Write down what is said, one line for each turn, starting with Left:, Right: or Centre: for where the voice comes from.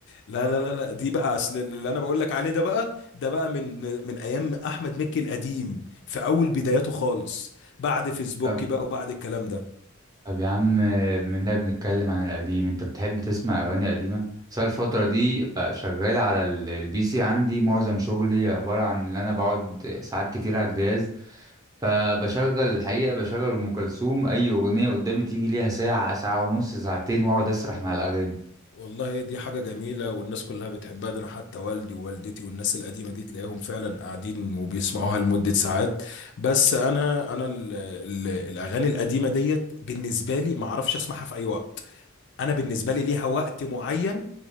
Left: لا لا لا لا دي بقى أصل اللي أنا بقول لك عليه ده بقى ده بقى من من أيام أحمد مكي القديم في أول بداياته خالص بعد فيسبوك
Right: طب
Left: بقى وبعد الكلام ده
Right: طب يا عم منها بنتكلم عن القديم انت بتحب تسمع اغاني قديمة بس أنا الفترة دي بقى شغال على ال- البي سي عندي معظم شغلي عبارة عن ان انا بقعد ساعات كتير على الجهاز فبشغل الحقيقة بشغل ام كلثوم اي اغنية قدامي تيجي ليها ساعة ساعة ونص ساعتين واقعد اسرح مع الاغاني
Left: والله دي حاجة جميلة والناس كلها بتحبها ده أنا حتى والدي ووالدتي والناس القديمة دي تلاقيهم فعلا قاعدين وبيسمعوها لمدة ساعات بس أنا أنا ال ال الأغاني القديمة ديت بالنسبة لي ما أعرفش أسمعها في أي وقت انا بالنسبه لي ليها وقت معين